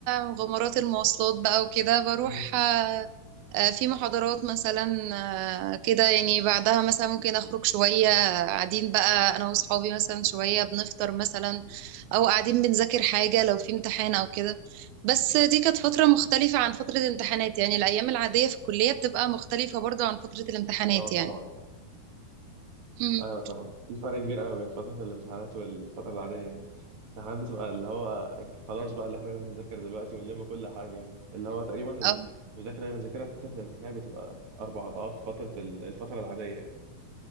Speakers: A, on the right; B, on the right.
A: مغامرات المواصلات بقى وكده بروح
B: مم.
A: آه، آه، في محاضرات مثلا آه، كده يعني بعدها مثلا ممكن أخرج شوية قاعدين بقى أنا وأصحابي مثلا شوية بنفطر مثلا أو قاعدين بنذاكر حاجة لو في امتحان أو كده بس دي كانت فترة مختلفة عن فترة الامتحانات يعني الأيام العادية في الكلية بتبقى مختلفة برضو عن فترة الامتحانات
B: اه طبعا
A: يعني مم.
B: ايوه طبعا في فرق كبير قوي بين فتره الامتحانات والفتره العاديه يعني الامتحانات بتبقى اللي هو خلاص بقى اللي احنا لازم نذاكر دلوقتي ونلم كل حاجه يعني اللي هو تقريبا
A: أو
B: المذاكره اللي بنذاكرها في فتره الامتحانات بتبقى اربع اضعاف فتره ال- الفتره العاديه يعني